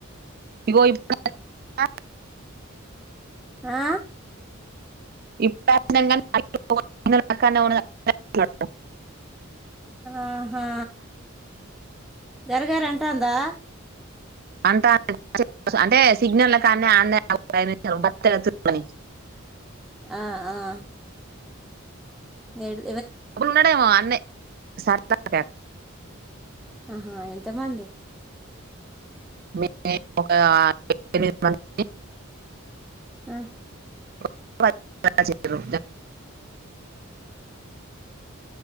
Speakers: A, on the right; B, in the centre.
A: ఇగో <unintelligible>
B: ఆ
A: ఇప్ <unintelligible>
B: ఆహా గర గర అంటాందా
A: అంటా అంటే సిగ్నల్ కానీ అన్నయ్య బతని
B: ఆ అ ఏడ్
A: అప్పుడు ఉండడేమో ఆన్నె సర్ధా క్యాప్
B: ఆహా ఎంతమంది
A: మిడ్నైట్ ఒక ఎనిమిది మంత్
B: ఆ
A: వచ్ బాగ చెప్పిరు